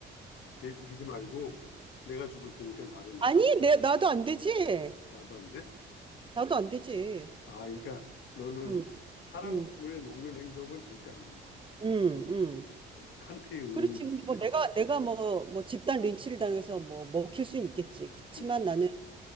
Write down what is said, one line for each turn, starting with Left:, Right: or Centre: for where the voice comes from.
Left: 쟤 죽이지 말고 내가 죽을 테니까 나를 먹어라.
Right: 아니, 내 나도 안 되지.
Left: 나도 안 돼?
Right: 나도 안 되지.
Left: 아, 그러니까 너는
Right: 음,
Left: 사람을
Right: 음,
Left: 먹는 행동은 절대 안 된다.
Right: 음, 음.
Left: 아, 칸트의 의문.
Right: 그렇지. 근데 뭐 내가 내가 뭐 뭐 집단 린치를 당해서 뭐 먹힐 수는 있겠지. 그렇지만
Left: 음,
Right: 나는